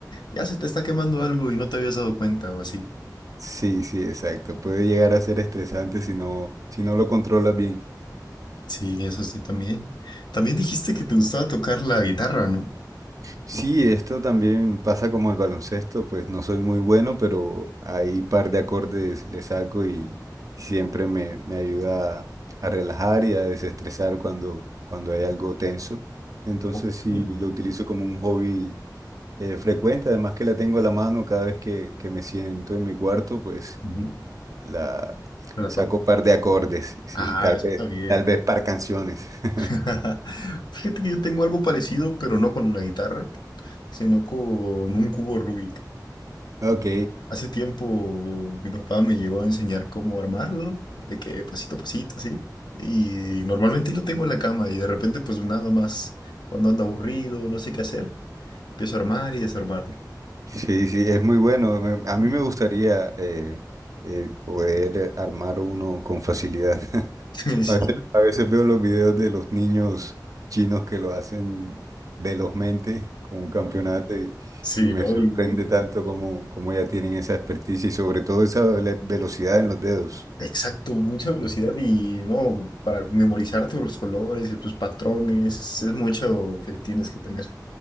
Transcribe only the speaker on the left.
ya se te está quemando algo y no te habías dado cuenta o así.
Sí, eso sí, también. También dijiste que te gustaba tocar la guitarra, ¿no?
Oh,
mm,
ujú,
La
toco.
Ah,
eso
está bien.
<laughs> Fíjate que yo tengo algo parecido, pero no con una guitarra, sino con un cubo Rubik.
Hace tiempo mi papá me llegó a enseñar cómo armarlo, de que pasito a pasito, así. Y normalmente lo tengo en la cama y de repente pues nada más, cuando ando aburrido, no sé qué hacer, empiezo a armar y desarmarlo.
<laughs>
Sí,
sí,
¿no?
Y
exacto, mucha velocidad y no, para memorizar todos los colores y tus patrones, es mucho que tienes que tener.